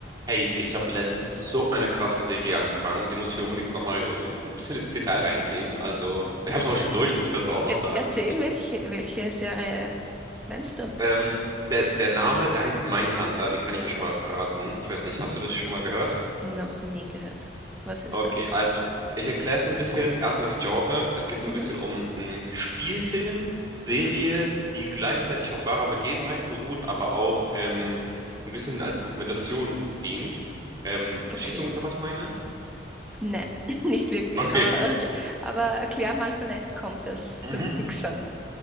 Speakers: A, on the right; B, in the centre.
A: Hey, ich habe letztens so eine krasse Serie angefangen. Die muss ich unbedingt nochmal äh, ein bisschen ins Detail reingehen. Also, ich habe es auch schon durch, muss ich dazu auch noch
B: E-
A: sagen.
B: Erzähl, welche, welche Serie meinst du?
A: Ähm, der, der Name, der heißt Mindhunter, den kann ich ja schon mal verraten. Ich weiß nicht, hast du das schon mal gehört?
B: Noch nie gehört. Was ist
A: Okay,
B: das?
A: also, ich erkläre so ein bisschen. Erstmal die Genre. Es geht so
B: Mhm.
A: ein bisschen um einen Spielfilm, Serie, die gleichzeitig auf wahrer Begebenheit beruht, aber auch ähm, ein bisschen als Dokumentation dient. Ähm, verstehst
B: Okay.
A: du ungefähr, was ich meine?
B: Nein, <laughs> nicht wirklich,
A: Okay,
B: aber,
A: gut.
B: aber erklär mal, vielleicht kommt es erst
A: Mhm.
B: so <laughs> langsam.